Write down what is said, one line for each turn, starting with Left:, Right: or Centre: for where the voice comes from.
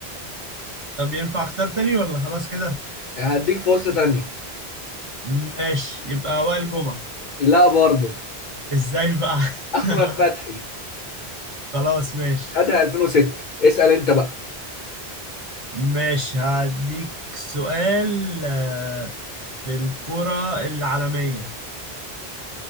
Right: طب ينفع اختار تاني ولا خلاص كده
Left: هديك فرصة تانية
Right: ماشي يبقى وائل جمعة
Left: لا برضو
Right: ازاي بقى
Left: احمد
Right: <laughs>
Left: فتحي
Right: خلاص ماشي
Left: خدها 2006 اسأل انت بقى
Right: ماشي هديك سؤال آه، في الكرة العالمية